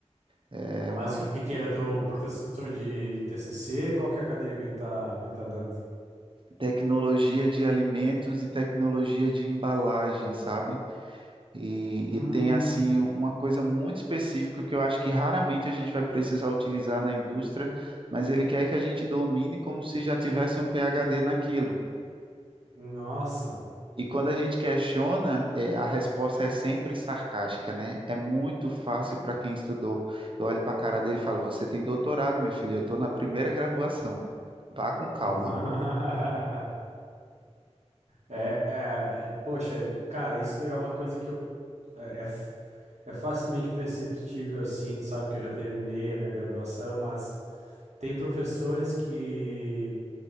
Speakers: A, on the right (about 45°); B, on the right (about 75°).
A: É
B: Mas
A: uma,
B: o que que ele é o teu professor de, de TCC? Qual que é a cadeira que ele tá, que ele tá dando?
A: tecnologia de alimentos e tecnologia de embalagem, sabe? E,
B: Hum,
A: e tem assim uma coisa muito específica que eu acho que raramente a gente vai precisar utilizar na indústria, mas ele quer que a gente domine como se já tivesse um PhD naquilo.
B: nossa.
A: E quando a gente questiona, eh, a resposta é sempre sarcástica, né? É muito fácil para quem estudou. Eu olho para a cara dele e falo: Você tem doutorado, meu filho, eu estou na primeira graduação. Vá com calma.
B: <laughs> É, é, é, poxa, cara, isso é uma coisa que eu É, é, f- é facilmente perceptível assim, tu sabe que eu já terminei a minha graduação, mas tem professores que.